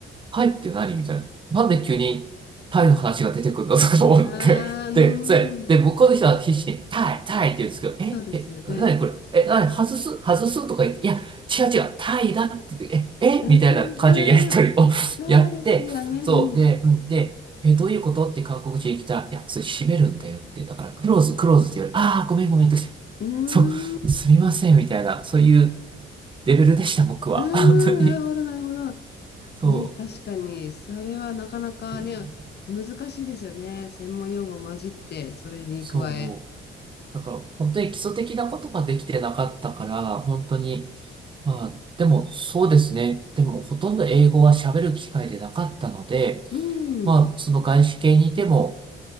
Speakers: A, on the right; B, on the left.
A: タイって何みたいな。なんで急にタイの話が出てくるんだとか思って。
B: ああ、
A: <laughs>
B: うん。
A: で、それ、で、向こうの人は必死にタイ、タイって言うんですけど、え、
B: そうですよね。
A: え、何これ、え、何、外す、外すとか言って、いや、違う違う、タイだって言って、え、
B: うん、
A: え、みたいな感じのやりとりを
B: あー、
A: <laughs>
B: そうですよね。
A: やって、
B: う
A: そう、で、うん、で、え、どういうことって韓国人に来たら、いや、それ閉めるんだよって、だから、クローズ、クローズって言われ、ああ、ごめんごめんとか言って、
B: ん。うん。
A: そう、すみません、みたいな、そういうレベルでした、僕は。
B: ああ、なるほど、
A: 本当に。
B: なるほど。
A: そ
B: ね、確かに、それはなかなかね、
A: う。うん
B: 難しいですよね。専門用語混じって、それに加え。
A: そう。だから、本当に基礎的なことができてなかったから、本当に、まあ、でもそうですね。でも、ほとんど英語は喋る機会でなかったので、
B: うん、
A: まあ、その外資系にいても、